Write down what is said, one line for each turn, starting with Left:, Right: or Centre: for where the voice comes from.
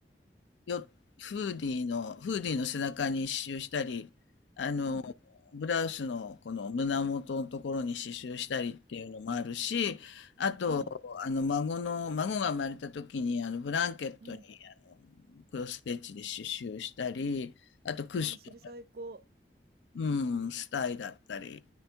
Left: よ、フーディーの、フーディーの背中に刺繍したり、あの、
Right: うん、
Left: ブラウスのこの胸元のところに刺繍したりっていうのもあるし、あと、
Right: うん、
Left: あの、孫の、孫が生まれた時に、あの、ブランケットに、
Right: うん。
Left: あの、クロスステッチで刺繍したり、あとクッショ
Right: あー、それ最高。
Left: ン、うん、スタイだったりっ